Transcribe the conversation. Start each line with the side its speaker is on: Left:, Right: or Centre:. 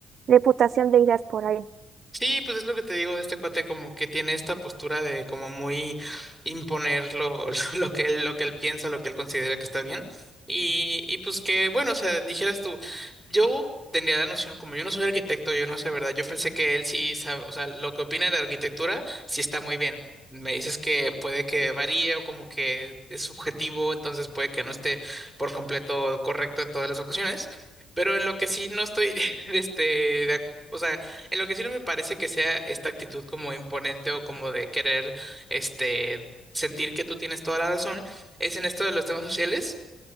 Right: reputación de ideas por ahí.
Centre: Sí, pues es lo que te digo de este cuate, como que tiene esta postura de como muy imponer lo, <laughs> lo que él, lo que él piensa, lo que él considera que está bien. Y, y pues que, bueno, o sea, dijeras tú, yo tenía la noción, como yo no soy arquitecto, yo no sé, ¿verdad? Yo pensé que él sí sabe, o sea, lo que opina de arquitectura sí está muy bien. Me dices que puede que varíe o como que es subjetivo, entonces puede que no esté por completo correcto en todas las ocasiones. Pero en lo que sí no estoy, <laughs> este, de ac- o sea, en lo que sí no me parece que sea esta actitud como imponente o como de querer, este, sentir que tú tienes toda la razón, es en esto de los temas sociales.